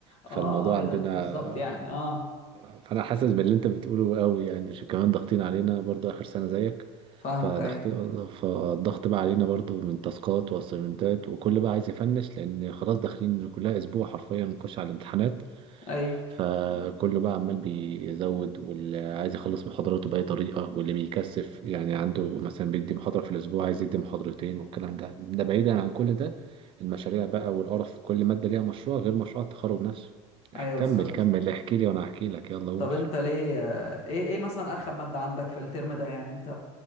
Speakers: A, on the right; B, on the left.
A: فالموضوع
B: اه ايه
A: عندنا
B: ده بالظبط يعني اه
A: فانا حاسس باللي انت بتقوله قوي يعني ش- كمان ضاغطين علينا برضو اخر سنه زيك
B: فاهمك
A: فضغط
B: ايوه
A: فالضغط بقى علينا برضو من تاسكات واسايمنتات وكل بقى عايز يفنش لان خلاص داخلين كلها اسبوع حرفيا نخش على الامتحانات
B: ايوه
A: فكله بقى عمال بيزود واللي عايز يخلص محاضراته باي طريقه واللي بيكثف يعني عنده مثلا بيدي محاضره في الاسبوع عايز يدي محاضرتين والكلام ده ده بعيدا عن كل ده المشاريع بقى والقرف كل ماده ليها مشروع غير مشروع التخرج نفسه اح-
B: ايوه بالظبط
A: كمل كمل احكي لي وانا احكي لك يلا قول
B: طب انت ليه آه، ايه ايه مثلا ارخم ماده عندك في الترم ده يعني انت